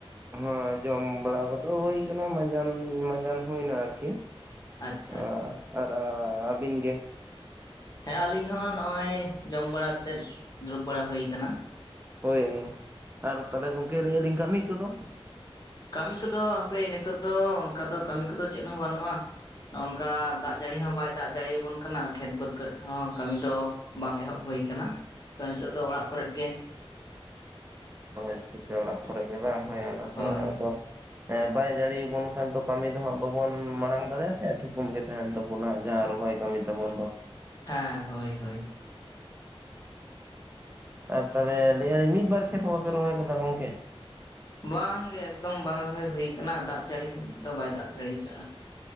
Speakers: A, on the right (about 20°); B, on the left (about 40°).
A: ᱦᱮᱸ ᱡᱚᱢ ᱵᱟᱲᱟ ᱠᱚᱫᱚ ᱦᱩᱭ ᱠᱟᱱᱟ ᱢᱟᱡᱟᱱ ᱢᱟᱡᱟᱱ ᱦᱩᱭᱱᱟ ᱟᱨᱠᱤ ᱾
B: ᱟᱪᱪᱷᱟ
A: <unintelligible>
B: ᱟᱪᱪᱷᱟ
A: ᱟᱨ ᱟᱵᱤᱱ ᱜᱮ?
B: ᱦᱮᱸ ᱟᱞᱤᱧ ᱦᱚᱸ ᱱᱚᱜᱼᱚᱭ ᱡᱚᱢ ᱵᱟᱲᱟ ᱠᱟᱛᱮᱫ ᱫᱩᱲᱩᱵ ᱵᱟᱲᱟ ᱦᱩᱭ ᱠᱟᱱᱟ ᱾
A: ᱦᱳᱭ ᱟᱨ ᱛᱟᱞᱮ ᱜᱚᱝᱠᱮ ᱞᱟᱹᱭ ᱟᱞᱤᱧ ᱠᱟᱹᱢᱤ ᱠᱚᱫᱚ?
B: ᱠᱟᱹᱢᱤ ᱠᱚᱫᱚ ᱦᱟᱯᱮ ᱱᱤᱛᱚᱜ ᱫᱚ ᱚᱱᱠᱟ ᱫᱚ ᱠᱟᱹᱢᱤ ᱠᱚᱫᱚ ᱪᱮᱫ ᱦᱚᱸ ᱵᱟᱹᱱᱩᱜᱼᱟ ᱾ ᱱᱚᱜᱚᱝᱠᱟ ᱫᱟᱜ ᱡᱟᱹᱲᱤ ᱦᱚᱸ ᱵᱟᱭ ᱫᱟᱜ ᱡᱟᱹᱲᱤ ᱟᱵᱩᱱ ᱠᱟᱱᱟ ᱠᱷᱮᱛ ᱵᱟᱹᱫᱽ ᱠᱚᱨᱮᱜ ᱦᱚᱸ ᱠᱟᱹᱢᱤ ᱫᱚ ᱼᱼ ᱵᱟᱝ ᱮᱦᱚᱵ ᱦᱩᱭ ᱠᱟᱱᱟ ᱛᱚ ᱱᱤᱛᱚᱜ ᱫᱚ ᱚᱲᱟᱜ ᱠᱚᱨᱮᱫ ᱜᱮ ᱾
A: ᱚᱛᱮ ᱚᱲᱟᱜ ᱠᱚᱨᱮᱜ ᱜᱮ ᱵᱟᱝ ᱦᱳᱭ ᱟᱱᱟᱜ
B: ᱦᱳᱭ
A: ᱦᱚᱸ ᱟᱫᱚ
B: ᱦᱳᱭ
A: ᱼᱼ ᱮ ᱵᱟᱭ ᱡᱟᱹᱲᱤᱭ ᱟᱵᱚᱱ ᱠᱷᱟᱱ ᱫᱚ ᱠᱟᱹᱢᱤ ᱫᱚ ᱦᱟᱸᱜ ᱵᱟᱵᱚᱱ ᱢᱟᱲᱟᱝ ᱫᱟᱲᱮᱭᱟᱜᱼᱟ ᱥᱮ ᱛᱷᱩᱠᱩᱢ ᱜᱮ ᱛᱟᱦᱮᱱ ᱛᱟᱵᱚᱱᱟ ᱡᱟᱦᱟᱸ ᱨᱚᱦᱚᱭ ᱠᱟᱹᱢᱤ ᱼᱼ ᱛᱟᱵᱚᱱ ᱫᱚ ᱾
B: ᱦᱮᱸ ᱦᱳᱭ ᱦᱳᱭ ᱾
A: ᱟᱨ ᱛᱟᱞᱦᱮ ᱞᱟᱹᱭ ᱟᱹᱞᱤᱧ ᱢᱤᱫ ᱵᱟᱨ ᱠᱷᱮᱛ ᱦᱚᱸ ᱵᱟᱯᱮ ᱨᱚᱦᱚᱭ ᱠᱟᱫᱟ ᱜᱚᱝᱠᱮ?
B: ᱵᱟᱝᱜᱮ ᱮᱠᱫᱚᱢ ᱵᱟᱝ ᱨᱚᱦᱚᱭ ᱦᱩᱭ ᱠᱟᱱᱟ ᱫᱟᱜ ᱡᱟᱹᱲᱤ <unintelligible> ᱵᱟᱭ ᱫᱟᱜ ᱡᱟᱹᱲᱤ ᱠᱟᱜᱼᱟ ᱾